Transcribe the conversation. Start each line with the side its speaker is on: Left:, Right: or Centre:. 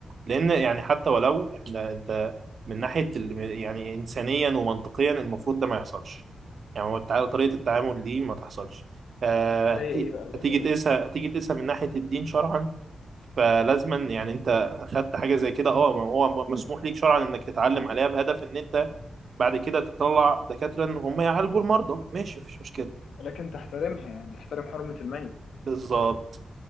Right: لان يعني حتى ولو احنا انت من ناحيه ال- يعني انسانيا ومنطقيا المفروض ده ما يحصلش يعني هو التع- طريقه التعامل دي ما تحصلش آه،
Left: زي
Right: هتي-
Left: ايه بقى بيعملوا
Right: هتيجي تقيسها
Left: ايه
Right: هتيجي تقيسها من ناحيه الدين شرعا فلازما يعني انت اخدت حاجه زي كده اه ما هو م- مسموح ليك شرعا انك تتعلم عليها بهدف ان انت بعد كده تطلع دكاتره ان هم يعالجوا المرضى ماشي مفيش مشكله
Left: ولكن تحترمها يعني تحترم حرمة الميت
Right: بالظبط